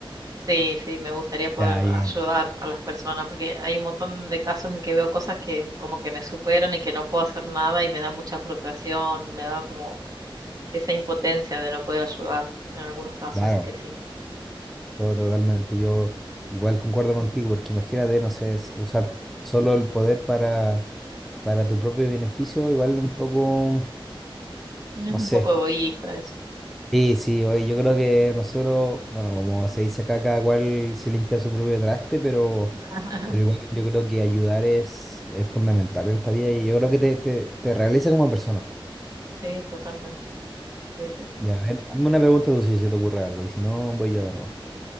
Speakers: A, on the right (about 40°); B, in the centre.
A: sí, sí, me gustaría poder
B: Ya, bien,
A: ayudar a las personas porque hay un montón de casos en que veo cosas que como que me superan y que no puedo hacer nada y me da mucha frustración, me da como esa impotencia de no poder ayudar en algunos casos,
B: claro,
A: así que sí.
B: todo totalmente. Yo igual concuerdo contigo, porque imagínate, no sé, es usar solo el poder para, para tu propio beneficio, igual un poco,
A: Es
B: no
A: un
B: sé.
A: poco egoísta eso.
B: Sí, sí, oye, yo creo que nosotros, bueno, como se dice acá, cada cual se limpia su propio traste, pero,
A: <laughs>
B: pero igual yo creo que ayudar es, es fundamental en esta vida y yo creo que te, te, te realiza como persona.
A: Sí, totalmente. Sí, sí, sí.
B: Ya, a ver, hazme una pregunta tú si se te ocurre algo y si no, voy yo de nuevo.